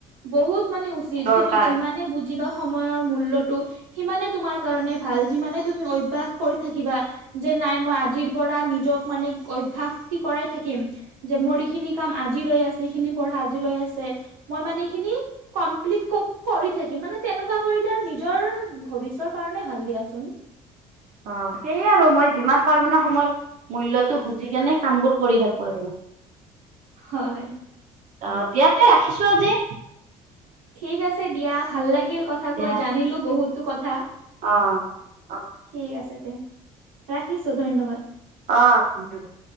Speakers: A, on the right; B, on the right.
A: বহুত মানে উচিত
B: দৰকাৰ
A: তুমি যিমানে বুজিবা সময়ৰ মূল্যটো, সিমানে তোমাৰ কাৰণে ভাল, যিমানে তুমি অভ্যাস কৰি থাকিবা যে নাই, মই আজিৰ পৰা নিজক মানে অভ্যাস কি কৰাই থাকিম। যে মোৰ এইখিনি কাম আজিলৈ আছে, সেইখিনি পঢ়া আজিলৈ আছে, মই মানে এইখিনি, কমপ্লিট কৰি থাকি, মানে তেনেকুৱা কৰিলে আৰু নিজৰ, ভৱিষ্যতৰ কাৰণে ভাল দিয়াচোন।
B: অ সেইয়াই আৰু মই যিমান পাৰো মানে সময়ৰ মূল্যটো বুজি কেনে কামবোৰ কৰি থাকো আৰু
A: হয়।
B: অ দিয়াতে ৰাখিছো আজি।
A: ঠিক আছে দিয়া ভাল লাগিল কথা
B: দিয়া
A: কৈ, জানিলো বহুতো কথা।
B: অ অ
A: ঠিক আছে দে ৰাখিছো ধন্যবাদ।
B: অ ধন্যবাদ।